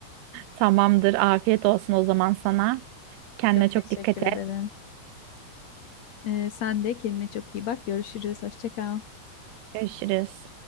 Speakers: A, on the right (about 85°); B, on the left (about 60°).
A: Tamamdır. Afiyet olsun o zaman sana. Kendine
B: Çok
A: çok
B: teşekkür
A: dikkat
B: ederim.
A: et.
B: Ee, sen de kendine çok iyi bak. Görüşürüz. Hoşça kal.
A: Görüşürüz.